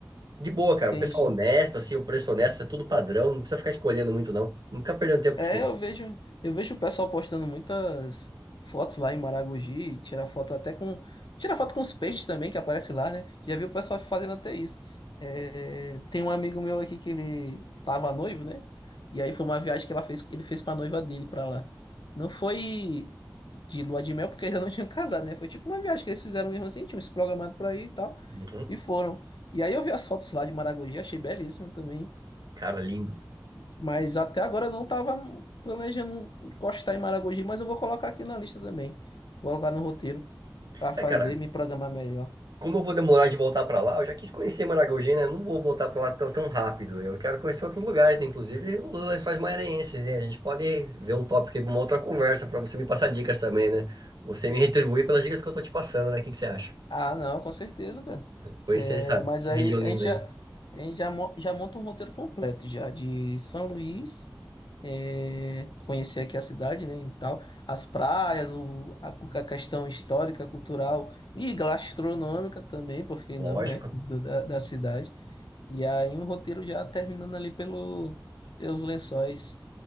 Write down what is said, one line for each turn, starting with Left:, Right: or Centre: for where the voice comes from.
Right: De boa, cara.
Left: entendi.
Right: O pessoal honesto, assim, o preço honesto, é tudo padrão, não precisa ficar escolhendo muito, não. Não fica perdendo tempo
Left: É,
Right: com isso, não.
Left: eu vejo, eu vejo o pessoal postando muitas fotos lá em Maragogi, tirar foto até com, tirar foto com os peixes também que aparece lá, né? Já vi o pessoal fazendo até isso. É, tem um amigo meu aqui que ele tava noivo, né? E aí foi uma viagem que ela fez, ele fez com a noiva dele pra lá. Não foi de lua de mel porque ainda não <laughs> tinham casado, né? Foi tipo uma viagem que eles fizeram mesmo assim, tinham se programado pra ir e tal,
Right: Uhum.
Left: e foram. E aí eu vi as fotos lá de Maragogi, achei belíssimo também.
Right: Cara, lindo.
Left: Mas até agora eu não estava planejando encostar em Maragogi, mas eu vou colocar aqui na lista também. Vou colocar no roteiro para
Right: É,
Left: fazer,
Right: cara,
Left: me programar melhor.
Right: como eu vou demorar de voltar pra lá, eu já quis conhecer Maragogi, né? Eu Não vou voltar pra lá tão, tão rápido. Eu quero conhecer outros lugares, né? Inclusive os lençóis maranhenses, né? A gente pode ver um tópico aí pra uma outra conversa, pra você me passar dicas também, né? Você me retribuir pelas dicas que eu tô te passando, né? O que que você acha?
Left: Ah, não, com certeza, cara.
Right: Conhecer
Left: É,
Right: essa,
Left: mas
Right: essa
Left: aí
Right: região linda
Left: a gente,
Right: aí.
Left: já, a gente já, mo- já monta um roteiro completo já de São Luís, é, conhecer aqui a cidade, né, e tal, as praias, o, a, cu- a questão histórica, cultural e gastronômica também, por que
Right: Lógico.
Left: não, né, do- da, da cidade. E aí um roteiro já terminando ali pelo, pelos lençóis.